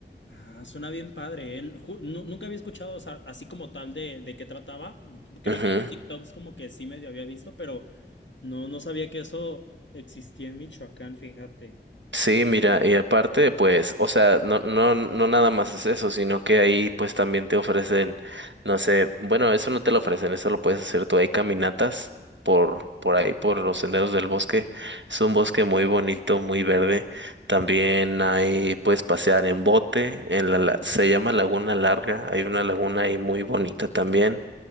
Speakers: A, on the left; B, on the right.
A: Ah, suena bien padre, ¿eh? Ju- nu- nunca había escuchado, o sea, así como tal de, de qué trataba. Creo
B: Ujú.
A: que en TikToks como que sí medio había visto, pero no, no sabía que eso existía en Michoacán, fíjate.
B: Sí, mira, y aparte, pues, o sea, no, no, no nada más es eso, sino que ahí pues también te ofrecen, no sé, bueno, eso no te lo ofrecen, eso lo puedes hacer tú. Hay caminatas por, por ahí, por los senderos del bosque. Es un bosque muy bonito, muy verde. También hay, puedes pasear en bote, en la, la- se llama Laguna Larga, hay una laguna ahí muy bonita también.